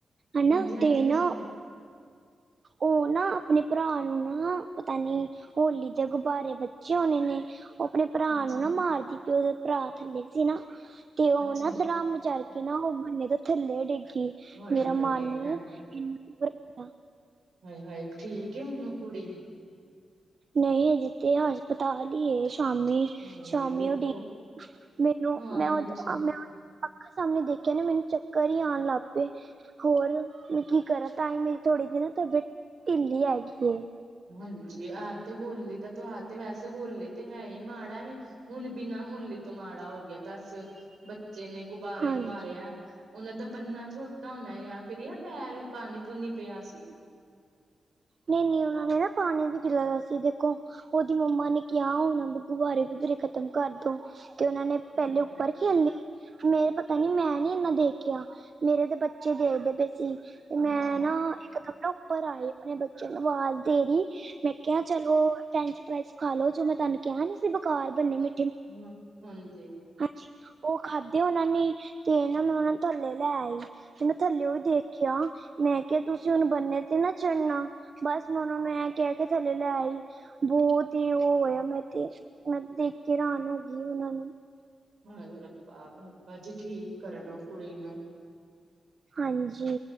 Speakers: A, on the right; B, on the right.
A: ਹਨਾ
B: ਹਾਂਜੀ ਹਾਂਜੀ
A: ਤੇ ਨਾ
B: ਦੱਸੋ
A: ਉਹ ਨਾ ਆਪਣੇ ਭਰਾ ਨੂੰ ਨਾ ਪਤਾ ਨੀ, ਹੋਲੀ ਦੇ ਗੁਬਾਰੇ ਬਚੇ ਹੋਣੇ ਨੇ ਉਹ ਆਪਣੇ ਭਰਾ
B: ਅੱਛਾ
A: ਨੂੰ ਨਾ ਮਾਰਦੀ ਪਓ ਭਰਾ ਥੱਲੇ ਸੀ ਨਾ ਤੇ ਉਹ
B: ਅੱਛਾ
A: ਨਾ ਦਰਾਮਚਾਰ ਕੇ ਨਾ ਉਹ ਬੰਨੇ ਦੇ ਥੱਲੇ ਡਿੱਗੀ
B: ਹਾਏ
A: ਮੇਰਾ
B: ਹਾਏ
A: ਮਨ ਇਨਾ <unintelligible>
B: ਹਾਏ-ਹਾਏ ਠੀਕ ਏ ਹੁਣ ਉਹ ਕੁੜੀ,
A: ਨਈ ਹਜੇ ਤੇ ਹਸਪਤਾਲ ਹੀ ਏ ਸ਼ਾਮੀ,
B: ਹਾਏ
A: ਸ਼ਾਮੀ
B: ਦੇਖੋ
A: ਓ ਡੀ, ਮੈਨੂੰ ਓ
B: ਹਾਂਜੀ
A: ਮੈ <unintelligible> ਅੱਖਾਂ ਸਾਹਮਣੇ ਦੇਖਿਆ ਨਾ ਮੈਨੂੰ ਚੱਕਰ ਹੀ ਆਣ ਲੱਗ ਪਏ। ਹੋਰ ਮੈਂ ਕੀ ਕਰਾਂ ਤਾਂਹੀ ਮੇਰੀ ਥੋੜੀ ਜੀ ਨਾ ਤਬੀਅਤ ਢਿੱਲੀ ਹੈਗੀ ਏ।
B: ਹਾਂਜੀ ਆਹ ਤੇ ਹੋਲੀ ਦਾ ਤਿਉਹਾਰ ਤੇ ਵੈਸੇ ਹੋਲੀ ਤੇ ਹੈ ਹੀ ਮਾੜਾ ਏ। ਹੁਣ ਬਿਨਾਂ ਹੋਲੀ ਤੋਂ ਮਾੜਾ ਹੋ ਗਿਆ ਦਸ ਬੱਚੇ ਨੇ ਗੁਬਾਰਾ
A: ਹਾਂਜੀ
B: ਹੀ ਮਾਰਿਆ। ਉਹਨਾਂ ਦਾ ਬੰਨਾ ਛੋਟਾ ਹੋਣਾ ਜਾਂ ਫਿਰ ਐ ਪੈਰ ਪਾਣੀ ਪੂਨੀ ਪਿਆ ਸੀ।
A: ਨਈ-ਨਈ ਉਹਨਾ ਦੇ ਨਾ ਪਾਣੀ ਵੀ ਗਿਰਿਆ ਹੋਇਆ ਸੀ ਦੇਖੋ। ਉਹਦੀ ਮੰਮਾ ਨੇ ਕਿਹਾ ਹੋਣਾ ਵੀ ਗੁਬਾਰੇ ਗਬੁਰੇ ਖ਼ਤਮ ਕਰਦੋ। ਤੇ ਉਹਨਾਂ ਨੇ
B: ਹਾਂ
A: ਪਹਿਲੇ ਉੱਪਰ ਖੇਲੀ। ਮੇਰੇ ਪਤਾ ਨੀ ਮੈਂ ਨੀ ਇਨਾ ਦੇਖਿਆ ਮੇਰੇ ਤੇ ਬੱਚੇ ਦੇਖਦੇ ਪਏ ਸੀ। ਤੇ ਮੈਂ
B: ਅੱਛਾ
A: ਨਾ ਇੱਕ ਦਮ ਨਾ ਉੱਪਰ ਆਈ ਆਪਣੇ ਬੱਚਿਆਂ ਨੂੰ ਆਵਾਜ਼ ਦੇ ਰਹੀ, ਮੈਂ ਕਿਹਾ ਚਲੋ ਫਰੈਂਚ ਫਰਾਇਜ ਖਾਲ ਲੋ ਜੋ ਮੈਂ ਤੁਹਾਨੂੰ ਕਿਹਾ ਨੀ ਸੀ ਬੁਖਾਰ ਬੰਨੇ ਨੇ
B: ਹ ਹਾਂਜੀ।
A: ਹਾਂਜੀ, ਉਹ ਖਾਧੇ ਉਹਨਾਂ ਨੇ ਤੇ ਨਾ ਮੈਂ ਉਹਨਾਂ ਨੂੰ ਥੱਲੇ ਲੈ ਆਈ ਤੇ ਮੈਂ ਥੱਲੇ ਉਹ ਵੀ ਦੇਖ ਕਿਆ ਮੈਂ ਕਿਹਾ ਤੁਸੀਂ ਹੁਣ ਬੰਨੇ ਤੇ ਨਾ ਚਣਾ ਬਸ ਮੈਂ ਉਹਨਾਂ ਨੂੰ ਇਹ ਕੇ ਥੱਲੇ ਲੇ ਆਈ। ਬਹੁਤ ਹੀ ਉਹ ਹੋਇਆ ਮੈਂ ਤੇ ਮੈਂ ਦੇਖ ਕੇ ਹਰਾਨ ਹੋ ਗਈ ਉਹਨਾਂ ਨੂੰ।
B: ਹਾਏ ਰੱਬਾ ਬਾਬਾ ਜੀ ਠੀਕ ਕਰਨ ਓਹ ਕੁੜੀ ਨੂੰ।
A: ਹਾਂਜੀ,